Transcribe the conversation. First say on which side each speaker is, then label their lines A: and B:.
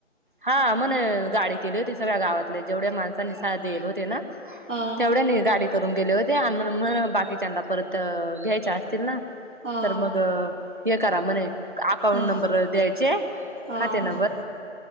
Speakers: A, on the right (about 40°); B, on the right (about 75°).
A: हा मण गाडी केली होती सगळ्या गावातले जेवढ्या माणसांनीसार होते ना
B: ह
A: तेवढ्यानी गाडी करून गेले होते आणि म बाकीच्याना परत घ्यायच्या असतील ना
B: हा
A: तर मग हे करा म्हणे अकाउंट
B: हा
A: नंबर द्यायचे
B: हा
A: खाते नंबर
B: हा